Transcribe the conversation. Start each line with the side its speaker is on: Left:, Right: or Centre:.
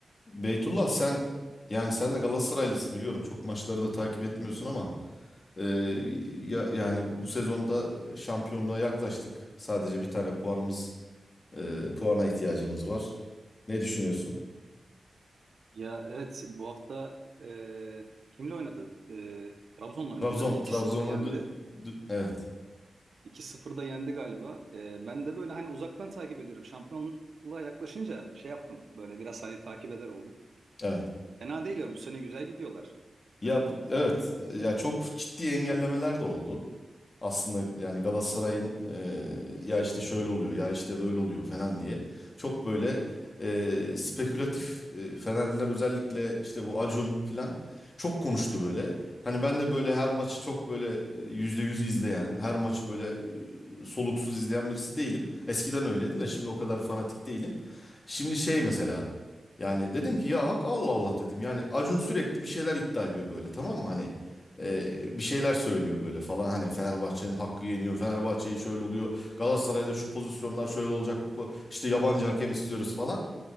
Left: Beytullah sen yani sen de Galatasaraylısın biliyorum. Çok maçları da takip etmiyorsun ama e, ya- yani bu sezonda şampiyonluğa yaklaştık. Sadece bir tane puanımız e, puana ihtiyacımız var. Ne düşünüyorsun?
Right: Ya evet bu hafta e, kimle oynadı? E, Trabzon'la oynadı
Left: Trabzon
Right: değil mi? 2
Left: Trabzon'a
Right: sıfır yendi.
Left: dü- dü- evet
Right: iki sıfır da yendi galiba. E, ben de böyle hani uzaktan takip ediyorum. Şampiyonluğa yaklaşınca şey yaptım. Böyle biraz hani takip eder oldum.
Left: evet
Right: Fena değil yani bu sene güzel gidiyorlar.
Left: ya
Right: E,
Left: bu- evet ya çok ciddi engellemeler de oldu. aslında yani Galatasaray'ın e, ya işte şöyle oluyor ya işte böyle oluyor falan diye çok böyle e, spekülatif e, Fenerliler özellikle işte bu Acun falan çok konuştu böyle. Hani ben de böyle her maçı çok böyle e, %100 izleyen, her maçı böyle e, soluksuz izleyen birisi değilim. Eskiden öyleydim de şimdi o kadar fanatik değilim. Şimdi şey mesela yani dedim ki ya hak Allah Allah dedim. Yani Acun sürekli bir şeyler iddia ediyor böyle tamam mı hani ee, bir şeyler söylüyor böyle falan hani Fenerbahçe'nin hakkı yeniyor Fenerbahçe'yi şöyle oluyor Galatasaray'da şu pozisyonlar şöyle olacak bu po- işte yabancı hakem istiyoruz falan